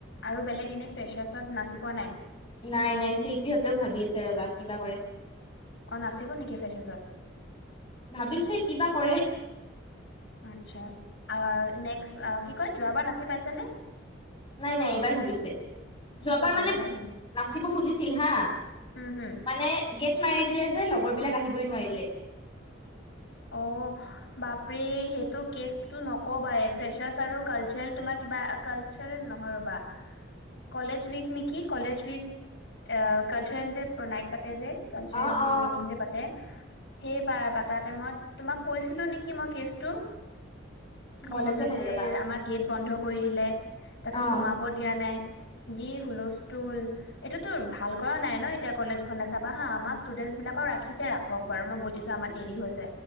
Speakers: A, on the left (about 65°); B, on the left (about 25°).
A: আৰু বেলেগ এনে ফ্ৰেচাৰছত নাচি পোৱা নাই?
B: নাই নাই শিল্পীহঁতেও ভাবি আছে ৰবা কিবা কৰে।
A: অ নাচিব নেকি ফ্ৰেচাৰ্চছত?
B: ভাবিছে কিবা কৰে।
A: আচ্ছা, আৱাৰ নেক্স কি কয় যোৱাবাৰ নাচি পাইছে নে?
B: নাই নাই এইবাৰ ভাবিছে, যোৱাবাৰ মানে
A: এইবাৰহে পাই
B: নাচিব খুজিছিল হা,
A: উম, হম।
B: মানে গেট মাৰি দিলে যে লগৰ বিলাক আহিবই নোৱাৰিলে।
A: অ বাপৰে সেইটো কেচটো নকবা ফ্ৰেচাৰছ আৰু কালচাৰেল তোমাৰ কিবা কালচাৰেল নহয় ৰ'বা কলেজ উইক নেকি কলেজ উইক কালচাৰেল যে নাইট পাতে যে কালছাৰেল
B: অ অ
A: ইভিনিং যে পাতে সেই পা বটা টাইমত তোমাক কৈছিলো নেকি মই কেচটো।
B: মনতে
A: কলেজত
B: নাই
A: যে
B: ৰবা
A: আমাৰ গেট বন্ধ কৰি দিলে। তাৰ পিছত
B: অ
A: সোমাব দিয়া নাই যি হুলস্থুল এইটোতো ভাল কৰা নাই ন এতিয়া কলেজ খনে চাবা হা আমাৰ ষ্টুডেন্টচ বিলাকও ৰাখিছে ৰাখক বাৰু মই বুজিছো আমাৰ দেৰি হৈছে